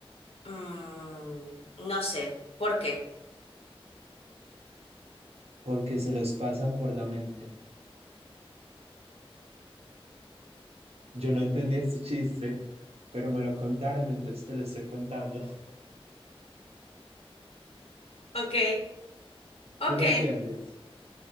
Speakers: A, on the left (about 80°); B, on the right (about 80°).
A: Mm, No sé. ¿Por qué?
B: Porque se los pasan por la mente. Yo no entendí este chiste, pero me lo contaron, entonces te lo estoy contando. <laughs>
A: Ok, ok.
B: ¿Tú lo entiendes?